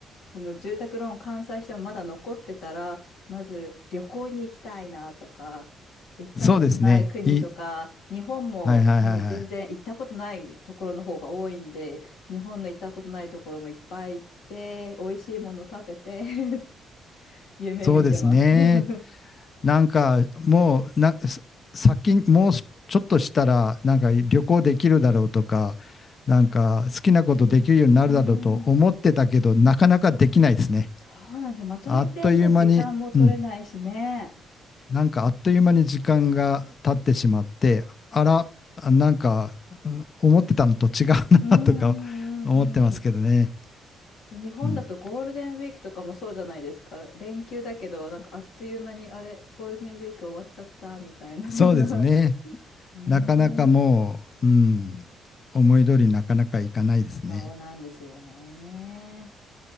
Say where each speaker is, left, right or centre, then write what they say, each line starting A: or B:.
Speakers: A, on the left (about 85°); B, on the left (about 45°).
A: その住宅ローン完済してもまだ残ってたら、まず旅行に行きたいなとか、行ったことない国とか、
B: そうですね。い、
A: 日本も、
B: はいはいはいはい。
A: ね、全然行ったことないところの方が多いんで、日本の行ったことないところもいっぱい行って、美味しいもの食べて <laughs> 夢見てます。
B: そうですね。
A: <laughs> う
B: なんかもうな、さ先に、もうちょっとしたら、なんか旅行できるだろうとか、なんか好きなことできるようになるだろうと思ってたけど、
A: ーん、
B: なかなかできないですね。
A: そうなんですよ。まとめてね、
B: あっという間に、
A: 時間も取れないしね。
B: うんなんかあっという間に時間が経ってしまって、あら、なんか、うん思ってたのと違うな
A: うんうんうんうん。
B: <laughs> とか思ってますけどね。
A: で、日本だとゴールデンウィークとかもそうじゃないですか。
B: うん。
A: 連休だけど、なんかあっという間に、あれ、ゴールデンウィーク終わっちゃったみたいな。<laughs>
B: そうですね。
A: ねえ、
B: なかなかもう、うん、思い通りになかなかいかないですね。
A: そうなんですよね。